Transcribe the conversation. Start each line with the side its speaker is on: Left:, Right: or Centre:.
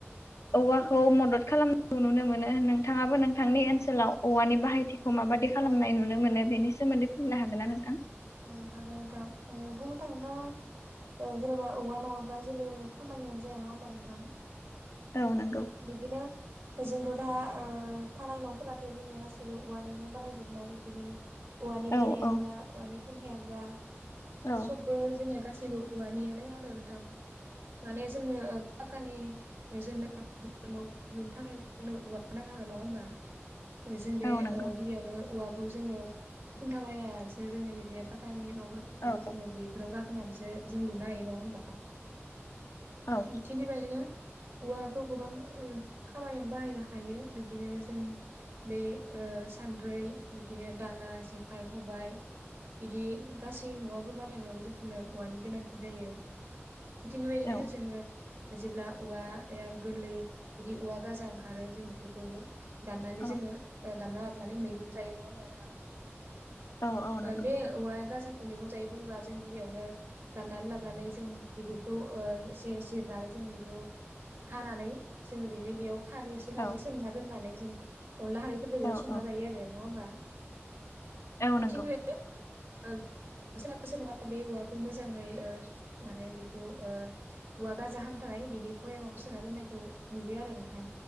Left: औवाखौ मदद खालाम खौ नुनो मोनो। नोंथाङाबो नोंथांनि ओनसोलाव औवानि बाहायथि खौ माबादि खालामनाय
Right: औ औ
Left: नुनो मोनो, बेनि सोमोन्दै बुंनो हागोन ना नोंथां?
Right: औ हागोन नोंथां। ओ बुंनो थाङोब्ला जेनेबा औवा नङाब्ला जेबो खामानियानो जाया नङा होमबा नोंथां?
Left: औ नंगौ
Right: बिदिनो जों द दा ओ थानाय न'फोराथ' जोंनिया गाैसैबो औवानिनो बानायजोबनाय। बिनि उवानि
Left: औ
Right: बेरायानो
Left: औ
Right: जा औवानि खुन्थायानो जा
Left: औ
Right: सबबो जोंनिया गासै बो उवानियनो नोंथां माने जोंनो पाक्कानि जोंनो <unintelligible> लुनो थाखाय औवाखौ नांखागोन नङा होमबा? जों बे
Left: औ नंगौ
Right: ओ गिबियावनो उवाखौ जोङो खुन्था बानायना लानोसो जोङो बिदिनो पाकानि न' फोरखौबो
Left: औ
Right: जोङो बेफोराव गाखोनानैसो जों लुनो हायो नङा होमबा
Left: औ
Right: थिक बेबायदिनो औवा त' गोबां ओ खामानियावनो बाहायनो हायो बिबदिनो जों बे सानद्रै न्द्रै बिदिनो दाला जेखाइ हबाय बिदि गासै मुवाफोर बानायनायावबो जोंफोरनो औवानि गोनांथि जायो थिग बेबायदिनो
Left: औ
Right: जोङो जेब्ला औवा यागोरलै बिदि औवा गाजा ओंखारो जों बेफोरखौबो दाननानै
Left: औ
Right: जोङो ओ दानना लाबनानै मैगं जायो नङा होमबा नोंथां
Left: औ औ नंगौ
Right: ओ बे औवा गाजाखौ मैगं जायो बुङोब्ला जों गिबियावनो दाननानै लाबोनानै जों बिगुरखौ ओ एसे एसे जिरनानै जों जों बेखौ हानानै जोङो बेनो बेयाव खारै एसे होनायदो
Left: औ
Right: सोमना दोननानै जों अनला हारैफोरजोंबो
Left: औ
Right: संना
Left: औ
Right: जायो आरो नङा होमबा
Left: औ नंगौ
Right: थिक बेबादिनो ओ सोरबा सोरनबा बे औवाखौ मोजाङै ओ सुरकिनानै बेखौ ओ औवा गाजा हाम थानाय बिदि भयामावबो सोना दोननायखौ नुयो आरो नोंथां